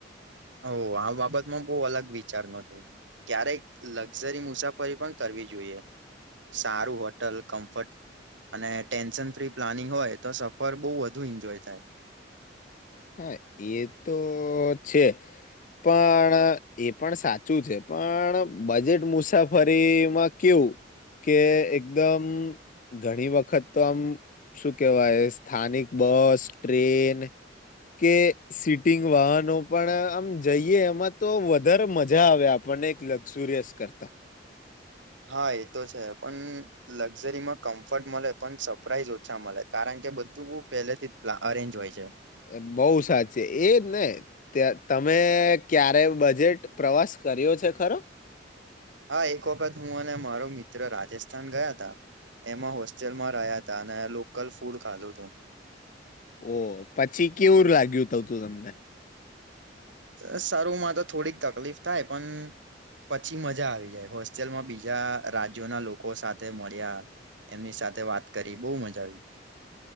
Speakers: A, on the right; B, on the left.
A: હવ આ બાબતમાં બહુ અલગ વિચારનો છું ક્યારેક લક્ઝરી મુસાફરી પણ કરવી જોઈએ સારું હોટલ, કમ્ફર્ટ અને ટેન્શન ફ્રી પ્લાનિંગ હોય તો સફર બહુ વધુ એન્જોય થાય.
B: હા એ તો છે પણ એ પણ સાચું છે પણ બજેટ મુસાફરીમાં કેવું કે એકદમ ઘણી વખત તો આમ શું કહેવાય સ્થાનિક બસ, ટ્રેન કે સીટિંગ વાહનો પણ આમ જઈએ એમાં તો વધારે મજા આવે આપણને એક લક્ઝુરિયસ કરતા.
A: હા એ તો છે પણ લક્ઝરીમાં કમ્ફર્ટ મળે પણ સરપ્રાઈઝ ઓછા મળે કારણ કે બધું પહેલેથી પ્ અરેન્જ હોય છ.
B: એ બહુ સાચી એજ ને. ત તમે ક્યારે બજેટ પ્રવાસ કર્યો છે ખરો.
A: હા એક વખત હું અને મારો મિત્ર રાજેશ સ્થાન ગયા હતા એમાં હોસ્ ચલમાં રહ્યા હતા અને લોકલ ફૂડ ખાધું તું
B: ઓ પછી કેવું લાગ્યું તું તું તમને
A: અ શરૂમાં તો થોડીક તકલીફ થાય પણ પછી મજા આવી જાય હોસ્ટેલમાં બીજા રાજ્યોના લોકો સાથે મળ્યા એમની સાથે વાત કરી બહુ મજા આવી.